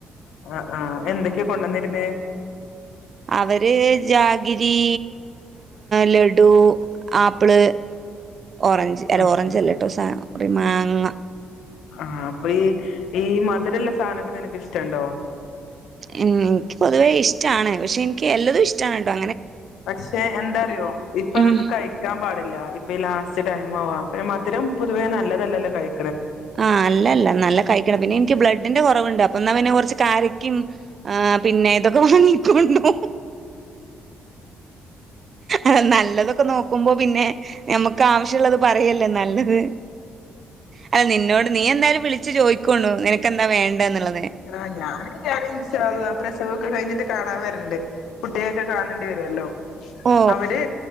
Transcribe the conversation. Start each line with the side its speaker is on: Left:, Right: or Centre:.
Left: ആ ആ എന്തൊക്കെയാ കൊണ്ടുവന്നിരുന്നേ
Right: അവ ര് ജാഗിരി ലഡു ആപ്പിള് ഓറഞ്ച് അല്ല
Left: ആഹ്
Right: ഓറഞ്ച്
Left: ആഹ്
Right: അല്ലട്ടോ ഒരു സാനോ ഒരു മാങ്ങ
Left: ആ അപ്പൊ ഈ ഈ മധുരമുള്ള സാധനൊക്കെ നിനക്ക് ഇഷ്ടണ്ടോ
Right: എനിക്ക് പൊതുവേ ഇഷ്ടാണ് പക്ഷെ എനിക്ക് എല്ലതും ഇഷ്ടാണ് കേട്ടോ
Left: പക്ഷെ എന്തറിയോ ഇപ്പ
Right: ഉം
Left: അതൊന്നും കഴിക്കാൻ പാടില്ല. ഇപ് ലാസ്റ്റ് ടൈമാവാ. പിന്നെ മ മധുരം പൊതുവെ നല്ലതല്ല കഴി
Right: ആ അല്ല അല്ല നല്ല കഴിക്കണം പിന്നെ എനിക്ക് ബ്ലഡ് അതിന്റെ കുറവുണ്ട് അപ്പൊ എന്നാ പിന്നെ കുറച്ച് കാരറ്റ് ആ പിന്നെ ഇതൊക്കെ വാങ്ങിക്കൊണ്ടോ അ നല്ലതൊക്കെ നോക്കുമ്പോ പിന്നെ ഞമ്മക്ക് ആവശ്യ ഒള്ളത് പറയല്ലേ നല്ലത്. അല്ല നിന്നോട് നീ എന്തായാലും വിളിച്ചു ചോയിക്കണു നിനക്ക് എന്താ വേണ്ടേന്നുള്ളത്.
Left: ആ ഞാൻ ഞാൻ ഇൻഷാ അള്ളാ പ്രസവ ഒക്കെ കഴിഞ്ഞിട്ട് കാണാൻ വരണ്ട് കുട്ടികൊക്കെ കാണേണ്ടി വരുമല്ലോ
Right: ഓ
Left: അവര്